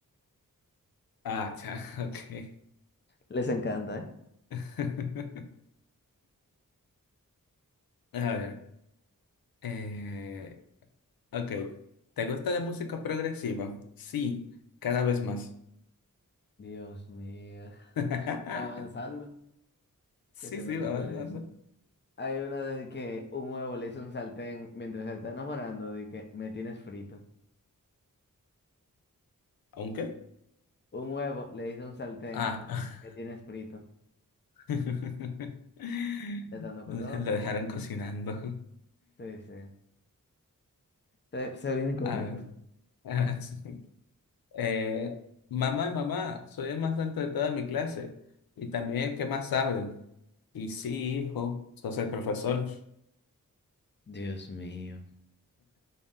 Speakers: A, on the left; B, on the left.
A: Ah, cha, <laughs> ok.
B: Les encanta, ¿eh?
A: <laughs> A ver. Eh, ok. ¿Te gusta la música progresiva? Sí, cada vez más.
B: Dios mío.
A: <laughs>
B: Va avanzando,
A: Sí,
B: que se
A: sí,
B: note
A: va
B: el
A: avanzando.
B: progreso. Hay una de que un huevo le hizo un sartén mientras se está enamorando, de que me tienes frito.
A: ¿Aunque?
B: Un huevo le hizo un sartén,
A: Ah.
B: me tienes frito.
A: <laughs>
B: ¿Te dando
A: Lo
B: cotorra?
A: dejaron cocinando.
B: Sí, sí. Se, se vienen cortitos.
A: A ver, <laughs> eh, mamá, mamá, soy el más alto de toda mi clase. Y también el que más sabe. Y sí, hijo, sos el profesor.
B: Dios mío.